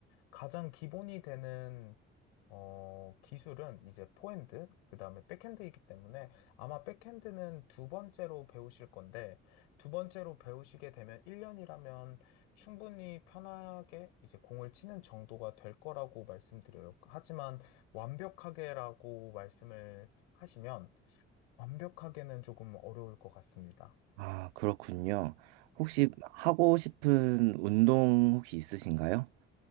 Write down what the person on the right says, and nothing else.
아, 그렇군요. 혹시 하고 싶은 운동 혹시 있으신가요?